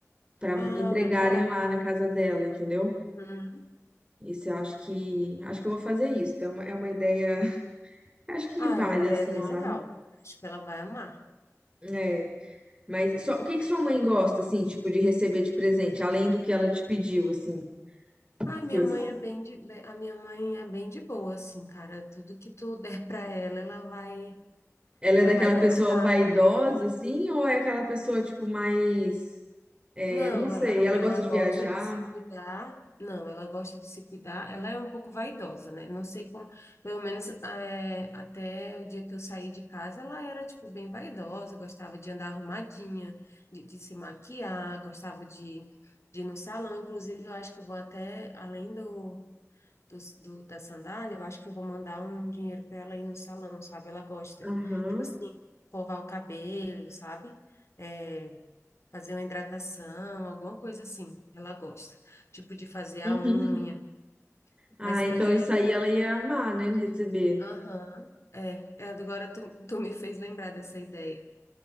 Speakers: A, on the right; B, on the left.
A: para
B: Ah,
A: entregarem
B: legal.
A: lá na casa dela, entendeu?
B: Uhum.
A: Isso eu acho que, acho que eu vou fazer isso. Então, é uma é uma ideia, <laughs> acho que
B: Ah,
A: vale,
B: é uma ideia
A: assim,
B: bem legal.
A: sabe?
B: Acho que ela vai amar.
A: É. Mas só, o que que sua mãe gosta, assim, tipo, de receber de presente, além do que ela te pediu, assim?
B: Ai, minha
A: Cês-
B: mãe é bem de, be- a minha mãe é bem de boa, assim, cara. Tudo que tu der pra ela, ela vai,
A: Ela
B: ela
A: é daquela
B: vai gostar.
A: pessoa vaidosa, assim, ou é aquela pessoa, tipo, mais, é,
B: Não,
A: não sei,
B: ela,
A: ela
B: ela
A: gosta
B: gosta
A: de viajar?
B: de se cuidar. Não, ela gosta de se cuidar. Ela é um pouco vaidosa, né? Não sei como, pelo menos é, até o dia que eu saí de casa, ela era, tipo, bem vaidosa, gostava de andar arrumadinha, de, de se maquiar, gostava de, de ir no salão. Inclusive, eu acho que eu vou até além do do, do- da sandália, eu acho que eu vou mandar um dinheiro para ela ir no salão, sabe? Ela gosta.
A: Aham.
B: Tipo assim, escovar o cabelo, sabe? É, fazer uma hidratação, alguma coisa assim. Ela gosta. Tipo de fazer
A: Uhum.
B: a unha. Mas
A: Ah,
B: é.
A: então isso
B: é-
A: aí ela ia amar, né? Receber.
B: Aham. é, é, agora tu, tu me fez lembrar dessa ideia.